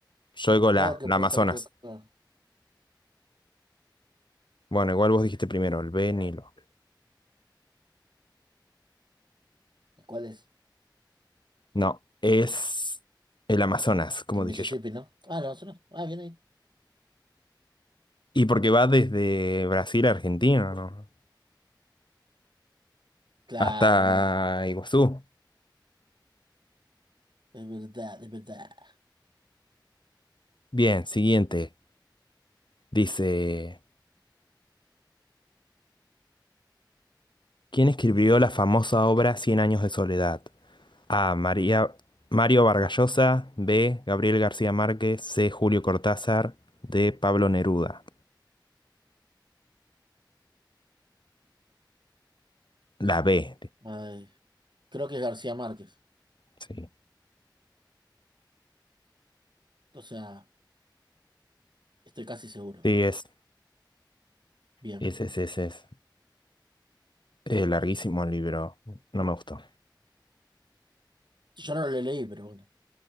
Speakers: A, on the left; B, on the right.
A: Yo digo
B: Creo
A: la,
B: que
A: la
B: puedo
A: Amazonas.
B: estar equivocado.
A: Bueno, igual vos dijiste primero, el B. Nilo.
B: ¿Cuál es?
A: No, es el Amazonas, como
B: El
A: dije
B: Mississippi,
A: yo.
B: ¿no? Ah, no, eso no. Ah, bien ahí.
A: Y porque va desde Brasil a Argentina, ¿no?
B: Claro,
A: Hasta
B: es verdad,
A: Iguazú.
B: es verdad, es verdad.
A: Bien, siguiente. Dice, ¿quién escribió la famosa obra Cien años de soledad? A. María, Mario Vargas Llosa. B. Gabriel García Márquez. C. Julio Cortázar. D. Pablo Neruda. La B.
B: Ay, creo que es García Márquez,
A: Sí.
B: o sea, estoy casi seguro.
A: Sí, es,
B: Bien,
A: es, es, es, es. Eh, larguísimo el libro. No me gustó.
B: yo no lo leí, pero bueno.